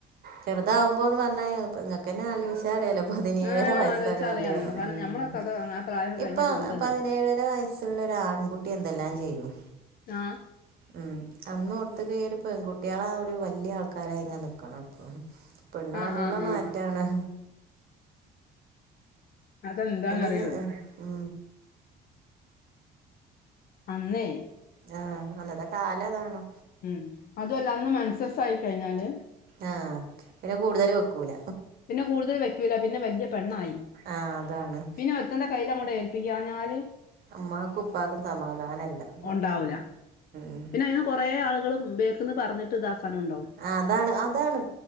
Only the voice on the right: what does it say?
ചെറുതാവുമ്പോന്ന് പറഞ്ഞാ <unintelligible> ക്കന്നെ ആലോചിച്ചാ അറിയാലോ പതിനേഴര
വയസ്സാ
കല്യാണം
ഉം
ഇപ്പ
പതിനേഴര വയസ്സുള്ളൊരു ആൺകുട്ടി എന്തെല്ലാം ചെയ്യും
ഉം അന്ന് ഓർത്ത ക ഒരു ഉംപെൺകുട്ടികളെ ഒരു വല്ലാ ആൾക്കാരായി ഇങ്ങനെ നിക്കണം ഇപ്പം പെണ്ണുംആണുള്ള
മാറ്റാണ്.
എന്റെ ചേ ഉ
ആഹ് അന്നത്തെ കാലം അതാണ്.
ആഹ പിന്നെ കൂടുതൽ വെക്കൂല.
ആ അതാണ്.
ഉമ്മാക്കും ഉപ്പാക്കും സമാധാനം ഇല്ല ഉം
ഉം
അതാണ് അതാണ്